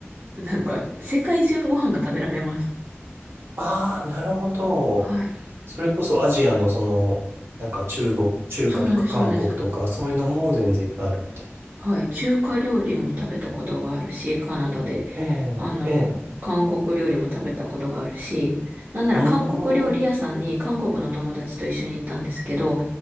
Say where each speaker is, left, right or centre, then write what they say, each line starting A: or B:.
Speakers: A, on the right; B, on the right.
A: なんか、世界中のご飯が食べられます。
B: ああ、なるほど。
A: はい。
B: それこそアジアのその、なんか中国、中華とか韓国とか、
A: そうなんです、そうなんです。
B: そういうのも全然いっぱいあるみたいな。
A: はい。中華料理も食べたことがあるし、カナダで。
B: ええ、
A: あの、
B: ええ、
A: 韓国料理も食べたことがあるし、なんなら韓国料理屋さんに韓国の友達と一緒に行ったんですけど、
B: うーん、